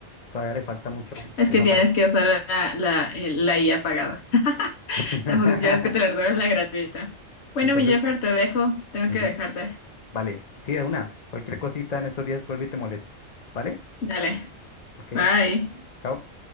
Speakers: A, on the left; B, on the left.
A: Todavía le falta mucho
B: Es
A: esa
B: que tienes
A: parte.
B: que usar la, la, eh, la IA pagada. <laughs>
A: <laughs>
B: Tampoco quieres que te la den la gratuita. Bueno,
A: Entonces,
B: mi Jeffer, te dejo. Tengo
A: ujú,
B: que dejarte.
A: Vale. Sí, de una. Cualquier cosita en estos días vuelvo y te molesto. ¿Vale?
B: Dale.
A: Ok.
B: Bye.
A: Chao.